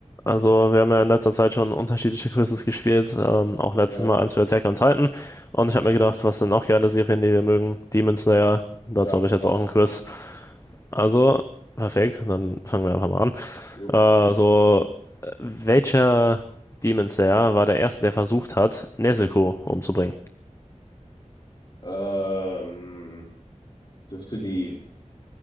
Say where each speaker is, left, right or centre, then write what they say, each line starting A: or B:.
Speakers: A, on the left (about 25°); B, on the left (about 45°).
A: Also, wir haben ja in letzter Zeit schon unterschiedliche Quizzes gespielt, ähm, auch letztes
B: Ja,
A: Mal eins für Attack on Titan. Und ich habe mir gedacht, was sind noch geile Serien, die wir mögen? Demon Slayer, dazu
B: ja,
A: habe ich jetzt
B: passt.
A: auch ein Quiz. Also, perfekt, dann fangen wir einfach mal
B: Jo.
A: an. Äh, so, welcher Demon Slayer war der erste, der versucht hat, Nezuko umzubringen?
B: Ähm, dürfte die